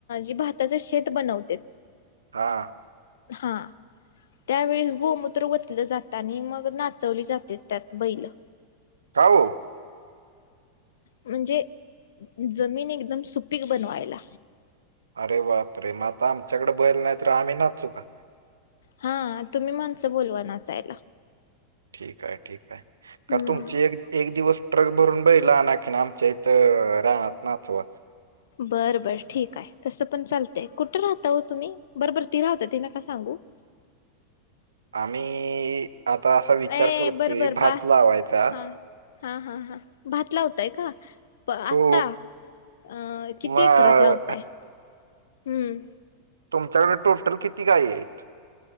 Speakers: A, on the left; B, on the right.
A: जे भाताच शेत बनवत्यात
B: हा
A: हा त्यावेळेस गोमूत्र वतलं जातं आणि मग नाचवली जात्यात त्यात बैल
B: का ओ
A: म्हणजे जमीन एकदम सुपीक बनवायला
B: अरे बापरे रे म आता आमच्याकडे बैल नाहीतर आम्ही नाचू का
A: हा तुम्ही माणसं बोलवा नाचायला
B: ठीकाय ठीकाय का
A: हम्म
B: तुमची एक एक दिवस ट्रक भरून बैला आण की नाम- आमच्या हीथ रानात नाचवा
A: बर बर ठीक आहे तसं पण चालतय कुठं राहता ओ तुम्ही बरबर ती राहूद्या ति नका सांगू
B: आम्ही आता असा विचार
A: ए
B: करतोय
A: बर बर
B: भात
A: बास
B: लावायचा
A: हा हा हा हा भात लावताय का प
B: हो
A: आता अ किती
B: मग
A: एकरात लावताय हम्म
B: तुमच्याकड टोटल किती गाय आहेत